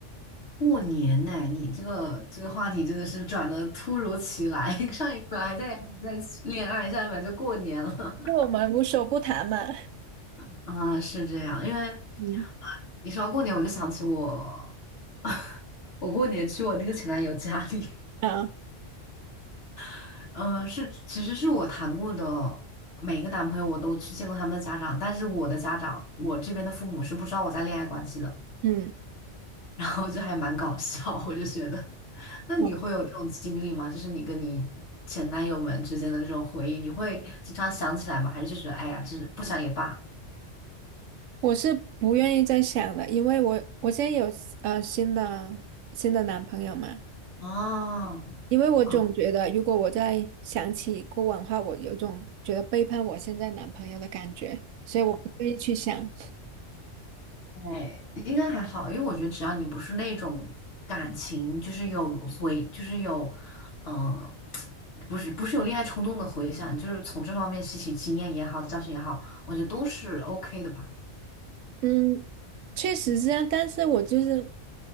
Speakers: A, on the left (about 65°); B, on the right (about 80°).
A: 过年呢、你这个这个话题真的是转的突如其来，<laughs> 上一秒还在还在恋爱，下一秒就过年了。
B: 就我们无所不谈嘛。
A: <laughs> 啊，是这样，因为啊
B: 嗯
A: 你说到过年，我就想起我，<laughs> 我过年去我那个前男友家里，
B: 啊，
A: <laughs> 嗯、是其实是我谈过的每一个男朋友，我都去见过他们的家长，但是我的家长，我这边的父母是不知道我在恋爱关系的，
B: 嗯，
A: 然后就还蛮搞笑，我就觉得。那你会有这种经历吗？
B: 我
A: 就是你跟你前男友们之间的这种回忆，你会经常想起来吗？还是就觉得哎呀，就是不想也罢？
B: 我是不愿意再想了，因为我我现在有呃新的新的男朋友嘛，
A: 哦，
B: 因为我总觉得，
A: 哦，
B: 如果我再想起过往的话，我有种觉得背叛我现在男朋友的感觉，所以我不愿意去想。
A: 对，应该还好，因为我觉得只要你不是那种感情，就是有回，就是有，嗯、<tsk> 不是不是有恋爱冲动的回想，就是从这方面吸取经验也好，教训也好，我觉得都是 OK 的吧。
B: 嗯，确实是这样，但是我就是，